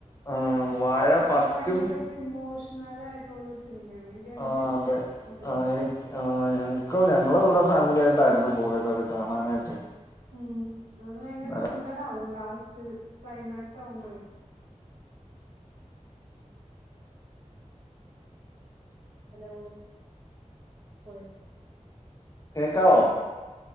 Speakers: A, on the left; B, on the right.
A: ആ വാഴ
B: അത്
A: ഫസ്റ്റും
B: ഭയങ്കര ഒരു ഇമോഷണൽ ആായിട്ടുള്ള ഒരു സിനിമയാണ്. ഭയങ്കര
A: ആ
B: ഇഷ്ടായി
A: അതെ
B: സിനിമ.
A: ആ എനിക്ക്. ആഹ ഞങ്ങൾക്കും ഞങ്ങൾ ഇവിടെ ഫാമിലി ആായിട്ടായിരുന്നു പോയത് അത് കാണാനായിട്ട്.
B: ഉം അത് ഭയങ്കര
A: അന്നേരം
B: സങ്കടമാവും ലാസ്റ്റ് ക്ലൈമാക്സ് ആകുമ്പഴേ. ഹലോ പോയോ.
A: കേക്കാവോ